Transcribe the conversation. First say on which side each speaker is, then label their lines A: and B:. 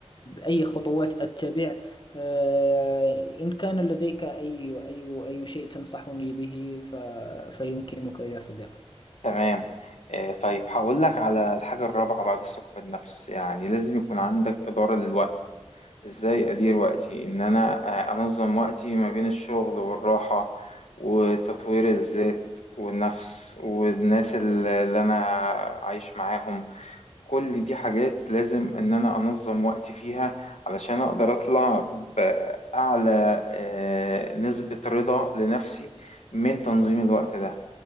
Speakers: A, on the left; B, on the left.
A: أي خطوات أتبع آه، إن كان لديك أي أي أي شيء تنصحني به ف... فيمكنك يا صديقي
B: تمام آه، طيب هقول لك على الحاجة الرابعة بعد الثقة بالنفس يعني لازم يكون عندك إدارة للوقت ازاي ادير وقتي ان انا آه، انظم وقتي ما بين الشغل والراحة وتطوير الذات والنفس والناس اللي اللي انا عايش معاهم كل دي حاجات لازم ان انا انظم وقتي فيها علشان اقدر اطلع باعلى آه، نسبة رضا لنفسي من تنظيم الوقت ده